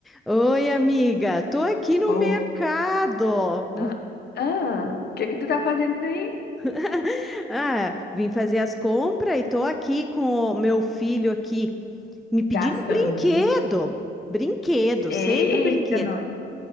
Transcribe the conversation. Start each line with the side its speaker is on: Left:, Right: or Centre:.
Centre: Oi, amiga, tô aqui no
Left: Oh,
Centre: mercado.
Left: ah, ah, o que que tu tá fazendo aí?
Centre: <laughs> Ah, vim fazer as compras e tô aqui com o meu filho aqui me pedindo
Left: Gastando,
Centre: brinquedo,
Left: hein?
Centre: brinquedo,
Left: Eita,
Centre: sempre brinquedo.
Left: nós.